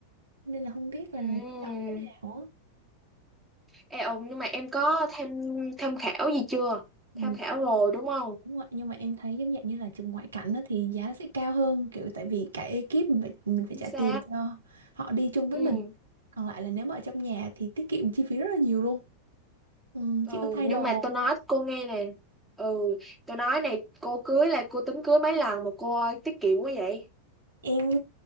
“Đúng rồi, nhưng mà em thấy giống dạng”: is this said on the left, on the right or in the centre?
Right